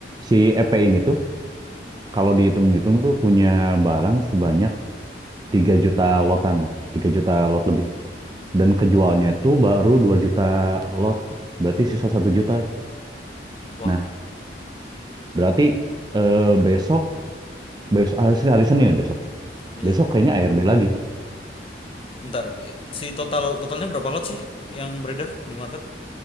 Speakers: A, on the right (about 25°); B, on the left (about 30°).
A: si EP ini tuh kalau dihitung-hitung tuh punya barang sebanyak 3 juta lotan lah, 3 juta lot lebih. Dan kejualnya itu baru 2 juta lot. Berarti sisa satu juta. nih.
B: Wah,
A: Nah, Berarti eh, besok besok hari, hari Senin besok.
B: iya.
A: Besok kayaknya ARB lagi
B: Bentar, si total totalnya berapa lot sih yang beredar di market?